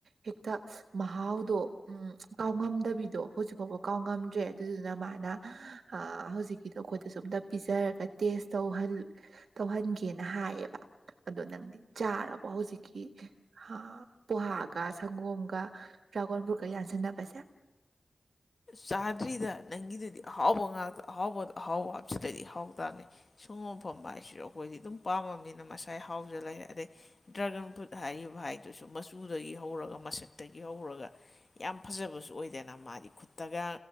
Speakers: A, on the right; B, on the left.
A: ꯍꯦꯛꯇ ꯃꯍꯥꯎꯗꯣ ꯎꯝ ꯀꯥꯎꯉꯝꯗꯕꯤꯗꯣ ꯍꯧꯖꯤꯛ ꯐꯥꯎꯕ ꯀꯥꯎꯉꯝꯗ꯭ꯔꯦ ꯑꯗꯨꯗꯨꯅ ꯃꯥꯅ ꯑꯥ ꯍꯧꯖꯤꯛꯀꯤꯗꯣ ꯑꯩꯈꯣꯏꯗ ꯁꯨ ꯑꯝꯇꯥ ꯄꯤꯖꯔꯒ ꯇꯦꯁ ꯇꯧꯍꯜ ꯇꯧꯍꯟꯒꯦꯅ ꯍꯥꯏꯌꯦꯕ ꯑꯗꯣ ꯅꯪꯗꯤ ꯆꯥꯔꯕ ꯍꯧꯖꯤꯛꯀꯤ ꯍꯥ ꯄꯣꯍꯥꯒ ꯁꯪꯒꯣꯝꯒ ꯗ꯭ꯔꯥꯒꯣꯟ ꯐꯨꯠꯀ ꯌꯥꯟꯁꯤꯟꯅꯕꯁꯦ꯫
B: ꯆꯥꯗ꯭ꯔꯤꯗ ꯅꯪꯒꯤꯗꯨꯗꯤ ꯑꯍꯥꯎꯕ ꯉꯥꯛꯇ ꯑꯍꯥꯎꯕ ꯑꯍꯥꯎꯕ ꯍꯥꯞꯕꯆꯤꯂꯗꯤ ꯑꯍꯥꯎ ꯇꯥꯅꯤ꯫ ꯁꯪꯒꯣꯝ ꯑꯐꯝꯕ ꯍꯥꯏꯁꯨ ꯑꯩꯈꯣꯏꯗꯤ ꯑꯗꯨꯝ ꯄꯥꯝꯃꯕꯅꯤꯅ ꯃꯁꯥꯏ ꯍꯥꯎꯖꯥ ꯂꯩꯔꯦ ꯑꯗꯩ ꯗ꯭ꯔꯥꯒꯟ ꯐ꯭ꯔꯨꯠ ꯍꯥꯏꯔꯤꯕ ꯍꯥꯏꯗꯨꯁꯨ ꯃꯆꯨꯗꯒꯤ ꯍꯧꯔꯒ ꯃꯁꯛꯇꯒꯤ ꯍꯧꯔꯒ ꯌꯥꯝ ꯐꯖꯕꯁꯨ ꯑꯣꯏꯗꯅ ꯃꯥꯗꯤ ꯈꯨꯠꯇꯒ